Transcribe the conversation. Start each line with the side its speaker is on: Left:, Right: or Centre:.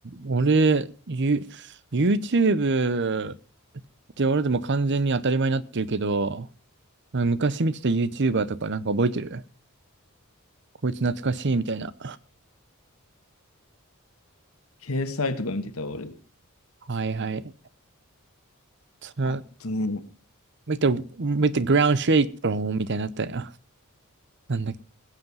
Right: 俺、ユ、YouTube って俺でも完全に当たり前になってるけど、なんか昔見てた YouTuber とかなんか覚えてるこいつ懐かしいみたいな。
Left: 掲載とか見てた、俺。
Right: はいはい。そ
Left: あとね、
Right: make the, make the ground shake, bro, みたいになったよ。なんだ、